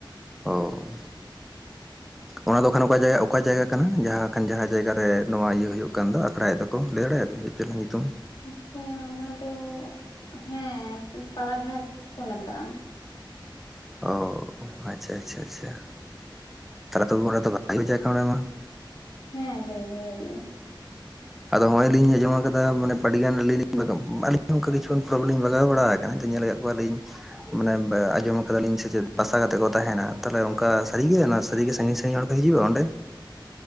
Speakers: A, in the centre; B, on the left (about 65°).
A: ᱚ ᱾
B: <unintelligible>
A: ᱚᱱᱟ ᱫᱚ ᱠᱷᱟᱱ ᱚᱠᱟ ᱡᱟᱭᱜᱟ ᱚᱠᱟ ᱡᱟᱭᱜᱟ ᱠᱟᱱᱟ ᱡᱟᱦᱟᱸ ᱠᱷᱟᱱ ᱡᱟᱦᱟᱸ ᱡᱟᱭᱜᱟ ᱨᱮ ᱱᱚᱣᱟ ᱤᱭᱟᱹ ᱦᱩᱭᱩᱜ ᱠᱟᱱ ᱫᱚ ᱟᱠᱷᱲᱟᱭ ᱮᱫ ᱫᱚᱠᱚ ᱞᱟᱹᱭ ᱫᱟᱲᱮᱭᱟ-ᱵᱤᱱ? ᱪᱮᱫ ᱫᱚ ᱧᱤᱛᱩᱢ?
B: ᱟᱪᱪᱷᱟ ᱚᱱᱟ ᱫᱚ ᱦᱮᱸ ᱹ-ᱯᱟᱲᱟᱜᱷᱟᱴ ᱠᱚ ᱢᱮᱛᱟᱜᱼᱟ ᱾
A: ᱚ ᱟᱪᱪᱷᱟ ᱟᱪᱪᱷᱟ ᱟᱪᱪᱷᱟ ᱾ ᱛᱟᱞᱮ ᱛᱚ ᱚᱸᱰᱮ ᱫᱚ ᱵᱷᱟᱹᱜᱤ ᱡᱟᱭᱜᱟ ᱚᱸᱰᱮ ᱢᱟ ᱾
B: ᱦᱮᱸ ᱵᱷᱟᱜᱮ ᱜᱮ ᱦᱩᱭᱩᱜ ᱾ <inaudible>
A: ᱟᱫᱚ ᱦᱚᱸᱜᱼᱚᱭ ᱞᱤᱧ ᱟᱸᱡᱚᱢ ᱟᱠᱟᱫᱟ ᱢᱟᱱᱮ ᱟᱹᱰᱤ ᱜᱟᱱ ᱟᱹᱞᱤᱧ-ᱞᱤᱧ ᱟᱞᱤᱧ ᱚᱱᱠᱟ ᱠᱤᱪᱷᱩ ᱛᱚᱜᱮᱞᱤᱧ ᱵᱟᱜᱟᱣ ᱵᱟᱲᱟ ᱟᱠᱟᱱᱟ ᱛᱚ ᱧᱮᱞ ᱟᱠᱟᱫ ᱠᱚᱣᱟᱞᱤᱧ ᱢᱟᱱᱮ ᱵᱟᱻ-ᱟᱸᱡᱚᱢ ᱛᱚᱵᱮ ᱞᱤᱧ ᱥᱮ ᱪᱮᱫ ᱵᱟᱥᱟ ᱠᱟᱛᱮ ᱠᱚ ᱛᱟᱦᱮᱱᱟ ᱛᱟᱦᱚᱞᱮ ᱚᱱᱠᱟ ᱥᱟᱹᱨᱤ ᱜᱮ ᱚᱱᱟ ᱥᱟᱹᱨᱤ ᱜᱮ ᱥᱟᱺᱜᱤᱧ ᱥᱟᱺᱜᱤᱧ ᱦᱚᱲ ᱠᱚ ᱦᱤᱡᱩᱜᱼᱟ ᱚᱸᱰᱮ?